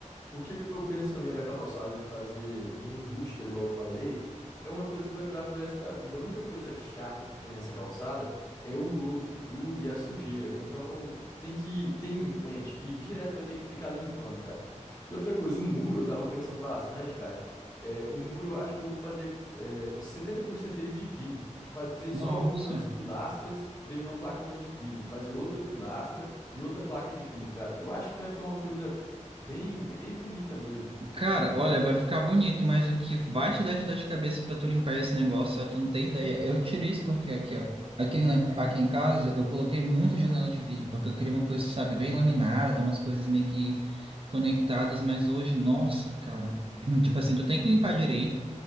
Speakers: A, on the left (about 30°); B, on the right (about 45°).
A: O que eu penso também da calçada de fazer bem rústica, igual eu falei, é uma coisa que vai durar pro resto da vida. A única coisa chata que tem nessa calçada é o lodo que gruda e a sujeira. Então tem que ter em mente que direto vai ter que ficar limpando, cara. E outra coisa, o muro eu tava pensando bastante, cara. É, o muro eu acho que eu vou fazer é, os 70% dele de vidro. Fazer só
B: Nossa.
A: algumas pilastras e daí uma placona de vidro. Fazer outra pilastra e outra placa de vidro, cara. Eu acho que vai ficar uma coisa bem, bem bonita mesmo.
B: Cara, olha, vai ficar bonito, mas o que vai te dar de dor de cabeça pra tu limpar esse negócio, ó, tu não tem ideia. Eu tiro isso porque aqui, ó, aqui, na- aqui em casa eu coloquei muita janela de vidro, porque eu queria uma coisa, sabe, bem laminada, umas coisas meio que conectadas, mas hoje, nossa, cara, <clears throat> tipo assim, tu tem que limpar direito,